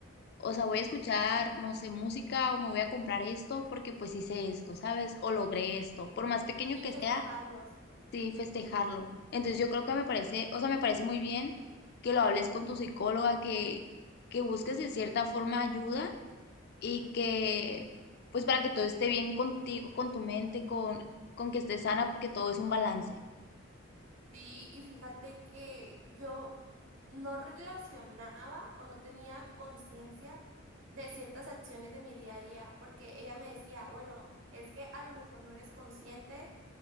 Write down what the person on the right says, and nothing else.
Sí,
festejarnos.
Sí, y fíjate que yo no relacionaba o no tenía conciencia de ciertas acciones de mi día a día, porque ella me decía, bueno, es que a lo mejor no eres consciente